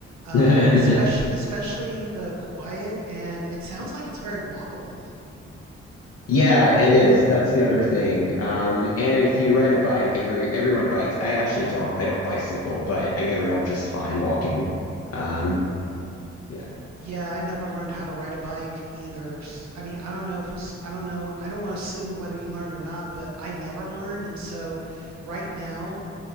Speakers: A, on the right; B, on the left.
A: Uh,
B: <laughs>
A: especially especially the quiet, and it sounds like it's very walkable.
B: Yeah, it is. That's the other thing. Um, and if you ride a bike, every everyone bikes. I actually don't. I don't bicycle, but I get around just fine walking. Um, Yeah.
A: Y- Yeah, I never learned how to ride a bike either. S- I mean, I don't know if it's, I don't know, I don't want to assume whether you learned or not, but I never learned, and so right now